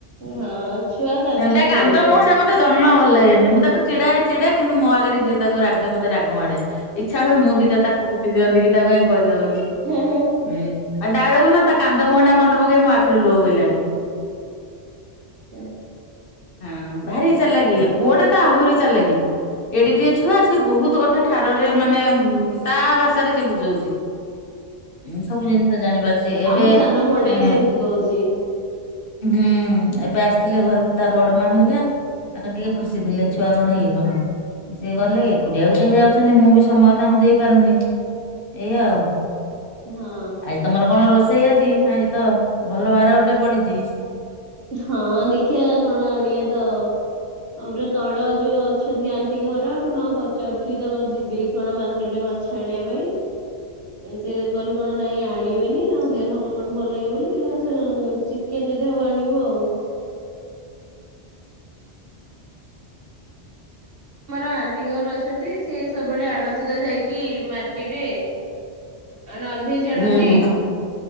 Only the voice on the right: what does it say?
ହଁ ଛୁଆ କାନ୍ଦିଲେ
ଭଲ
ଲାଗିବନି।
ହଁ
<unintelligible>
ଆମ ସାନ
ପୁଅଟା ବି ସେମିତି କହୁଛି।
ହଁ।
ହଁ ଦେଖିବା କଣ ଆଣିବା ତ। ଆମର ତଳ ଯ ଅଛନ୍ତି ଆଣ୍ଟିଙ୍କ ଘର ତାଙ୍କୁ ପଚାରୁ ଥିଲି ତାଙ୍କର ଯିବେ କି କଣ ମାର୍କେ। କେଡ଼େ ମାଛ ଆଣିବା ପାଇଁ ସିଏ କହିଲେ କଣ ନାଇଁ ଆନିବେନି ତାଙ୍କ ଦେହ କଣ ଭଲ ଲାଗିବ ବୋଲି ଦେଖିବା ସେ ଚି କିଏ ଯଦି ଆଣିବୁ ଆଉ। ଆମର ଆଣ୍ଟିଙ୍କର ଘର ଅଛନ୍ତି ସେ ସବୁ ବେଳେ ଆଣନ୍ତି ତୋ ଯାଇକି ମାର୍କେଟ। ନନଭେଜ୍ ଆଣନ୍ତି